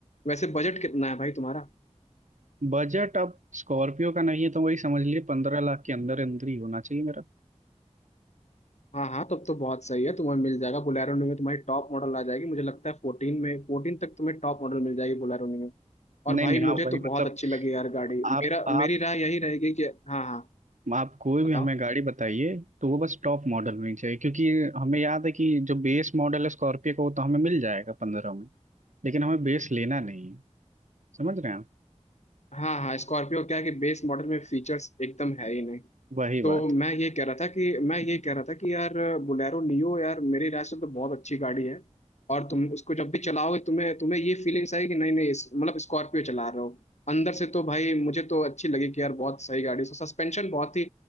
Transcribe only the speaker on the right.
है बजट अब स्कॉर्पियो का नहीं है तो वही समझ लीजिए पंद्रह लाख के अंदर अंदर ही होना चाहिए मेरा
नहीं
नहीं हाँ
वही
मतलब
आप आप
आप कोई भी
हमें गाड़ी बताइए तो वो बस टॉप मॉडल होनी चाहिए क्योंकि हमें याद है कि जो बेस मॉडल है स्कॉर्पियो का वो तो हमें मिल जाएगा पंद्रह में लेकिन हमें बेस लेना नहीं है समझ रहे हैं आप
वही
बात